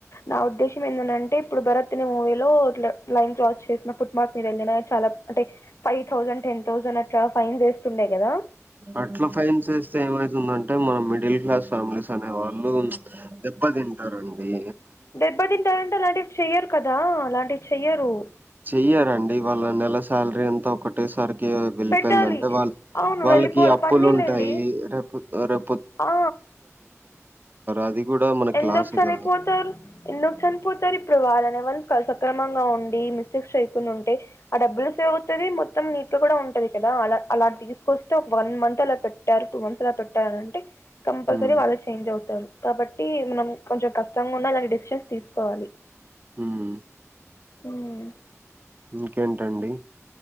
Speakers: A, on the left (about 60°); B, on the right (about 35°).
A: నా ఉద్దేశ్యం ఏందనీ అంటే ఇప్పుడు భరత్ అనే మూవీలో ట్లా లైన్ క్రాస్ చేసిన ఫుట్పాత్ మీద వెళ్ళిన చాలా అంటే ఫైవ్ థౌసండ్ టెన్ థౌసండ్ అట్లా ఫైన్ వేస్తుండే కదా
B: అట్లా ఫైన్ చేస్తే ఏమైతుందంటే మన మిడిల్ క్లాస్ ఫ్యామిలీ అనే వాళ్ళు దెబ్బ తింటారండి
A: దెబ్బ తింటారంటే అలాంటివి చెయ్యరు కదా అలాంటివి చెయ్యరు
B: ఈయ్యారండి వాళ్ళ నెల సాలరీ అంతా ఒకటేసారి వెళ్ళిపోయిందంటే
A: పెట్టాలి.
B: వాళ
A: అవును
B: వాళ్ళకి
A: వెళ్ళిపోవాలి.
B: అప్పులు
A: పన్నీలండి.
B: ఉంటాయి రేపు రే
A: ఆ
B: అది గూడా మనకి
A: ఎందుకు
B: లాసే
A: చనిపోతారు
B: గదా!
A: ఎందుకు చనిపోతారు ఇప్పుడు వారం వ సక్రమంగా ఉండి మిస్టేక్స్ అయికుండా ఉంటే ఆ డబ్బులు సేవ అవుతుది మొత్తం నీట్ లో కూడా ఉంటంది కదా అలా అలా తీసుకొస్తే ఒక వన్ మంత్ అలా పెట్టారు టూ మంత్స్ అలా పెట్టారు అని అంటే కంపల్సరీ
B: హ్మ్.
A: వాళ్ళే చేంజ్ అవుతారు కాబట్టి టి మనం కొంచెం కష్టంగా ఉన్నా అలాంటి డెసిషన్స్ తీసుకోవాలి
B: ఉమ్
A: ఉమ్
B: ఇంకేంటండి